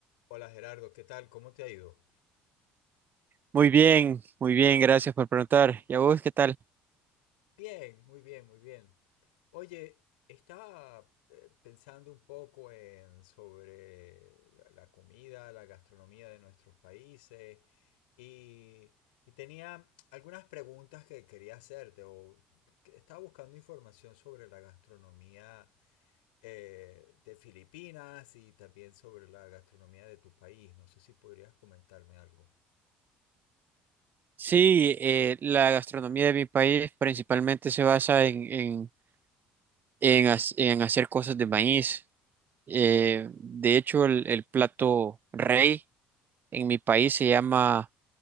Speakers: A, on the left (about 85°); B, on the right (about 40°).
A: Hola Gerardo, ¿qué tal? ¿Cómo te ha ido?
B: Muy bien, muy bien, gracias por preguntar. ¿Y a vos qué tal?
A: Bien, muy bien, muy bien. Oye, estaba eh, pensando un poco en sobre la la comida, la gastronomía de nuestros países y, y tenía algunas preguntas que quería hacerte o que estaba buscando información sobre la gastronomía eh, de Filipinas y también sobre la gastronomía de tu país. No sé si podrías comentarme algo.
B: Sí, eh, la gastronomía de mi país principalmente se basa en, en, en, hac- en hacer cosas de maíz. Eh, de hecho, el, el plato rey en mi país se llama